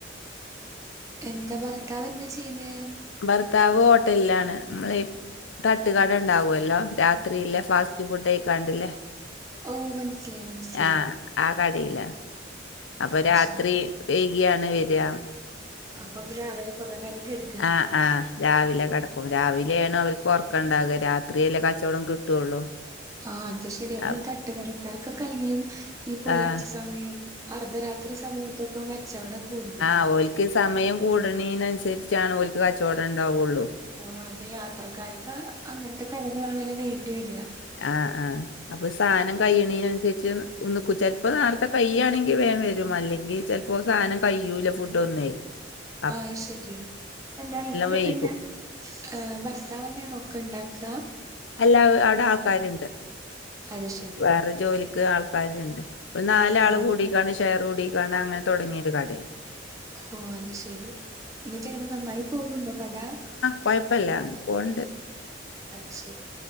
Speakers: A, on the right (about 20°); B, on the left (about 85°).
A: എന്താ ഭർത്താവെന്താ ചെയ്യ്ന്നേ
B: ഭർത്താവ് ഹോട്ടലിലാണ് നമ്മളെ ഈ തട്ട്കട ഇണ്ടാവൊല്ലോ രാത്രിയില് ഫാസ് റ്റ് ഫുഡായിക്കാണ്ട്ല്ലേ
A: ഓ മനസ്സിലായി മനസ്സിലായി.
B: ആഹ് ആ കടേലാണ് അപ്പൊ
A: അത്
B: രാത്രി
A: ശരി.
B: വൈകിയാണ് വെരാ
A: അപ്പൊ രാവിലെ കൊറെ നേരം കെട്
B: ആഹ് ആഹ് രാവില കടക്കും രാവിലെണ് അവര്ക്ക് ഒറക്കണ്ടാവ രാത്രിയല്ലേ കച്ചോടം കിട്ടുള്ളൂ
A: ആഹ് അത് ശരിയാ
B: ആഹ്
A: ഈ കട്ട്കടക്കാർക്കൊക്കെ അല്ലെങ്കിലും ഈ പുലർച്ച
B: ആഹ്
A: സമയം അർദ്ധരാത്രി സമയത്തൊക്കെ കച്ചവടം കൂടുതല്.
B: ആഹ് ഓൽക്ക് ഇ സമയം കൂടണനനുസരിച്ചാണ് ഓൽക്ക് കച്ചവടം ണ്ടാവുള്ളൂ
A: ആഹ് അതെ യാത്രക്കാർക്ക് അങ്ങനത്തെ കടകളാണല്ലോ വേണ്ടി വരിക
B: ആഹ് ആഹ് അപ്പൊ സാനം കഴിയണൻ നിക്കു ചെൽപ്പോ ആട്ത്തെ കയ്യാണെങ്കി വേം വരും അല്ലങ്കി ചെൽപ്പോ സാനം കയ്യൂലെ ഫുഡ്‌ന്നേ <inaudible>
A: ആഹ് ശരി എന്താ ഇപ്പ
B: വൈകും
A: തന്നെ ഏ ഭർത്താവന്നേണോ ഒക്ക ഇണ്ടാക്ക
B: അല്ല അവിടെ ആൾക്കാരുണ്ട്
A: അത് ശരി
B: വേറെ ജോലിക്ക് ആൾക്കാരുണ്ട്. ഒരു നാല ആള്
A: ഓഹ്
B: കൂടയിക്കാണ് ഷേർ കൂടീക്കാണ് അങ്ങനെ തുടങ്ങിയൊരു കടയ
A: ഓ അത് ശരി എന്നിട്ടെങ്കിലും നന്നായി പോകുന്നുണ്ടോ കട
B: കുഴപ്പില്ല പോണുണ്ട്
A: അത് ശരി